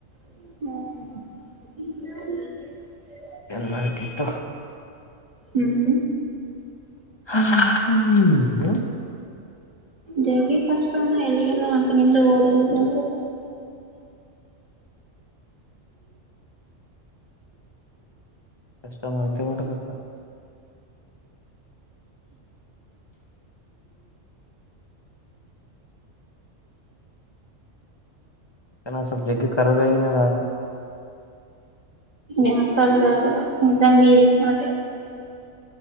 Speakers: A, on the right; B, on the left.
A: <unintelligible>
B: ಏನ್ ಮಾಡ್ತಿ ತೊಗೊ
A: ಹ್ಮ್
B: ಹಾ ಹ್ಮ್
A: ಜಗ್ಗಿ ಕಷ್ಟ ಅಣ್ಣ ಎಲ್ಲಿಗೆನ ಹೊತಕೊಂಡೆ ಹೊಡೆ ಅಂದ್ರ
B: <unintelligible> ಕಷ್ಟ ಮಾಡ್ಕೆ ಮಾಡಬೇಕ ಎಲ್ಲಾ ಸ್ವಲ್ಪ ಜಗ್ಗಿ ಖರಗ ಆಗಿದಲ್ಲ ಅದಕ
A: ಅತರ ಆಗಿಲ್ಲ ಇದಂಗ ಅಡಿವಿ ವೋಟೆ